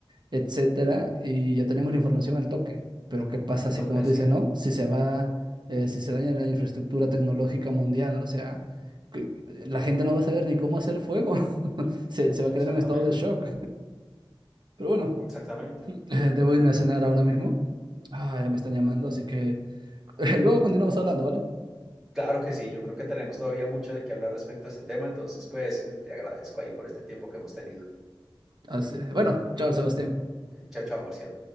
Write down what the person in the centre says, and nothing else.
Me
toca,
sí,
exactamente,
exactamente.
Mm.
Claro que sí, yo creo que tenemos todavía mucho de qué hablar respecto a este tema, entonces pues te agradezco ahí por este tiempo que hemos tenido.
Eh, Chao, chao, Marcial.